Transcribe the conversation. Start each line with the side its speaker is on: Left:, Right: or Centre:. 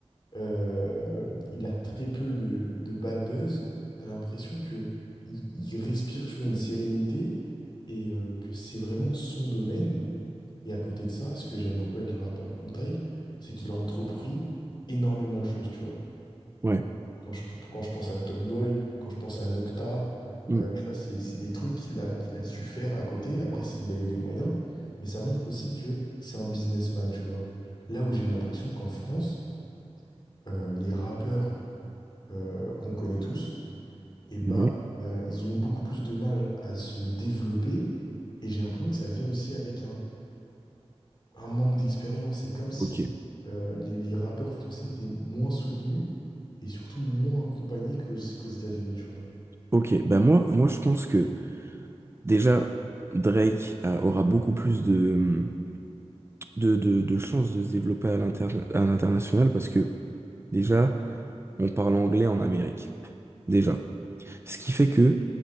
Left: euh, il a très peu de, de bad buzz, t'as l'impression que il, il respire, tu vois, une sérénité et euh, que c'est vraiment son domaine. Et à côté de ça, ce que j'aime beaucoup avec un rappeur comme Drake, c'est qu'il a entrepris énormément de choses, tu vois.
Right: ouais.
Left: Quand je, quand je pense à Top Boy, quand je pense à Nocta,
Right: Mm.
Left: euh, tu vois, c'est, c'est des trucs qu'il a, qu'il a su faire à côté. Après, s'il avait les moyens, mais ça montre aussi que c'est un businessman, tu vois. Là où j'ai l'impression qu'en France, euh, les rappeurs euh, qu'on connaît tous, eh bah,
Right: Ouais.
Left: euh, ils ont beaucoup plus de mal à se développer. Et j'ai l'impression que ça vient aussi avec un un manque d'expérience. C'est comme si
Right: Ok,
Left: euh, les, les rappeurs français étaient moins soutenus et surtout moins accompagnés qu'aux, qu'aux États-Unis, tu vois.
Right: ok. Ben moi, moi, je pense que déjà Drake a- aura beaucoup plus de de, de, de chances de se développer à l'interna- à l'international parce que déjà, on parle anglais en Amérique. Déjà. Ce qui fait que